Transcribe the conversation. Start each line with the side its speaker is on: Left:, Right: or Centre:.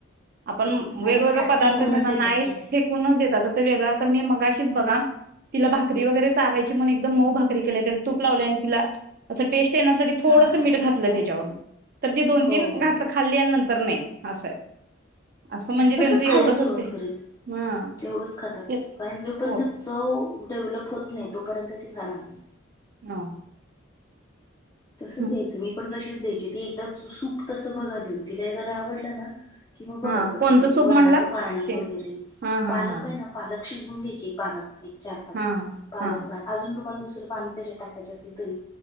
Right: आपण
Left: नाहीच
Right: वेगवेगळे
Left: खात
Right: पदार्थ
Left: फेकूनच
Right: त्यांना
Left: देतात
Right: नायस
Left: कि ते
Right: फेकूनच देतात वेगळं आता मी मगा शीच बघा तिला भात भाकरी वगैरे चारायची म्हण एकदम मऊ भाकरी केल्या त्याला तूप लावले आणि तिला अस टेस्ट येण्या साठी थोडस
Left: हा हा
Right: मीठ
Left: हा
Right: घातलं
Left: हा हा
Right: त्याच्यावरून तर ती दोन
Left: हो
Right: तीन घातलं
Left: हो
Right: खाल्लीनंतर नाही, आस आहे. असं म्हणजे त्यांचं
Left: तसंच
Right: एवढंच
Left: खायला सुरुवात
Right: असते
Left: करेल?
Right: हा
Left: तेवढच खातात
Right: तेच
Left: कारण जोपर्यंत
Right: हो
Left: चव डेव्हलप होत नाही तोपर्यंत ती खाणार नाही.
Right: हा.
Left: तसच
Right: हं.
Left: घ्यायचं, मी पण तशीच द्यायची ती एकदा सूप तसं बघा देऊन, तिला जला आवडलं ना किंवा बघा
Right: हा
Left: कस
Right: कोणतं
Left: किती
Right: सूप
Left: वर्णाचं
Right: म्हणला
Left: पाणी
Right: ते
Left: वगैरे
Right: हा
Left: पालक
Right: हा हा
Left: आहे ना पालक शिज वून घ्यायची पान एक चार पाच
Right: हा
Left: पालक
Right: हा हा
Left: तुम्हाला दुसर पाणी कशात टाकायचं असेल तरी